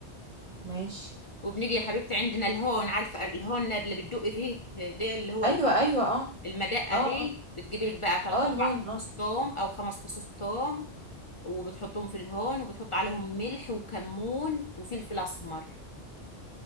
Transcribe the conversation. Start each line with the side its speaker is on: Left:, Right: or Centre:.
Right: ماشي
Left: وبنيجي يا حبيبتي عندنا الهون عارفه الهون اللي بتدقي فيه ده اللي هو
Right: ايوه
Left: الم-
Right: ايوه اه
Left: المدقه
Right: اه
Left: دي
Right: اه
Left: بتجيبي لك بقى 3
Right: اه الهون
Left: 4
Right: اه
Left: فصوص توم او خمس فصوص توم وبتحطهم في الهون وبتحط عليهم ملح وكمون وفلفل اسمر